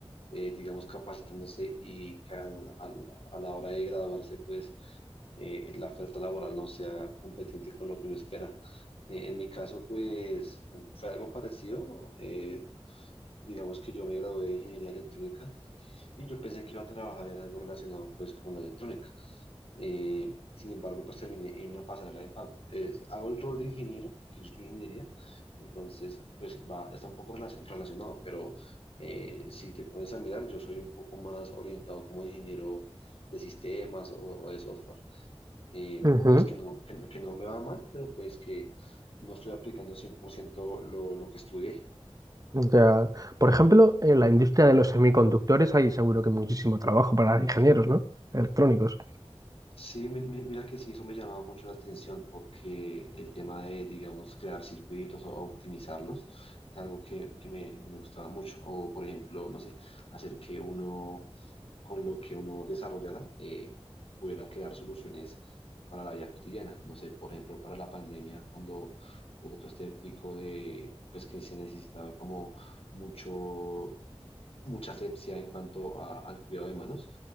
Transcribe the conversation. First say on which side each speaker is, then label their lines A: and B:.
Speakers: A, on the left (about 65°); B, on the right (about 35°).
A: eh, digamos, capacitándose y que a, la a la- a la hora de graduarse pues eh, la oferta laboral no sea competente con lo que uno espera. Eh, en mi caso pues fue algo parecido, eh, Digamos que yo me gradué de ingeniería electrónica y yo pensé que iba a trabajar en algo relacionado pues con la electrónica. Eh, sin embargo, pues terminé en una pasarela de pago. Es- hago el rol de ingeniero, que yo estoy ingeniería, entonces pues va, está un poco relac- relacionado, pero eh, si te pones a mirar, yo soy un poco más orientado como ingeniero de sistemas o, o de software. Eh,
B: Ujú.
A: pues que no, que, no que no me va mal, pero pues que no estoy aplicando 100% lo, lo que estudié.
B: O sea, por ejemplo, en la industria de los semiconductores hay seguro que muchísimo trabajo para ingenieros, ¿no? Electrónicos.
A: Sí, mi- mi- mira que sí, eso me llamaba mucho la atención porque el tema de, digamos, crear circuitos o optimizarlos es algo que, que me, que me gustaba mucho. O, por ejemplo, no sé, hacer que uno, con lo que uno desarrollara, eh, pudiera crear soluciones para la vida cotidiana. No sé, por ejemplo, para la pandemia, cuando hubo todo este pico de, pues que se necesitaba como mucho mucha asepsia en cuanto a- al cuidado de manos.